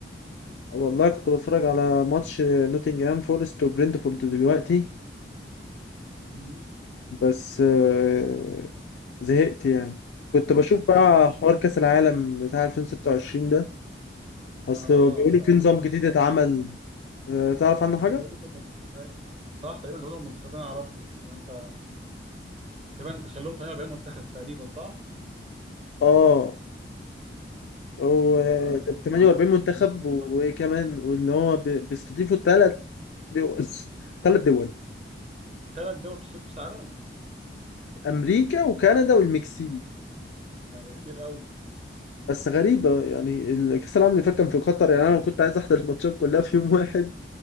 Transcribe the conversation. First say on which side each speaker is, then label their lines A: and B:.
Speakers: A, on the left (about 75°); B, on the right (about 35°).
A: والله كنت بتفرج على ماتش نوتنجهام فورست وبرنتفورد دلوقتي
B: مم.
A: بس آه، زهقت يعني كنت بشوف بقى حوار كأس العالم بتاع 2026 ده اصل
B: اه
A: بيقولوا
B: ده
A: في نظام جديد اتعمل آه، تعرف عنه حاجة؟
B: زودوا المنتخبات صح تقريبا زودوا المنتخبات انا اعرفه بس انت تقريبا تخلوهم 48 منتخب تقريبا صح
A: اه هو
B: وزودوا
A: 48
B: عدد المحللين
A: منتخب
B: في كل
A: وكمان
B: قاره
A: وان هو بي- بيستضيفوا ثلاث دول ثلاث دول
B: ثلاث دول بتصير كاس عالم
A: امريكا وكندا والمكسيك
B: يعني ده كتير قوي
A: بس غريبة يعني ال- كأس العالم اللي فات كان في قطر يعني انا لو كنت عايز احضر الماتشات كلها في يوم واحد